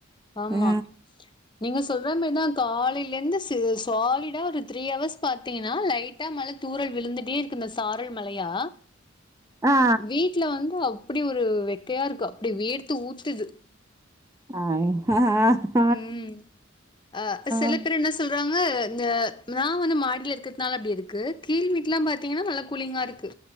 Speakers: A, on the left; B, on the right.
A: ஆமா
B: ஆ
A: நீங்க சொல்ற மேறிதா காலைலேந்து சாலிடா ஒரு த்ரீ அவர்ஸ் பாத்தீங்கன்னா லைட்டா மழ தூறல் விழுந்துட்டே இருக்கு இந்த சாரல் மழயா
B: ஆ
A: வீட்ல வந்து அப்டி ஒரு வெக்கையா இருக்கு அப்டி வேர்த்து ஊத்துது
B: ஆஹ் ஆ ஆ
A: ம் அ சில
B: ஆ
A: பேர் என்ன சொல்றாங்க இந்த நா வந்து மாடியில இருக்கிறதுனால அப்டி இருக்கு கீழ் வீட்லா பாத்தீங்கன்னா நல்லா கூலிங்கா இருக்கு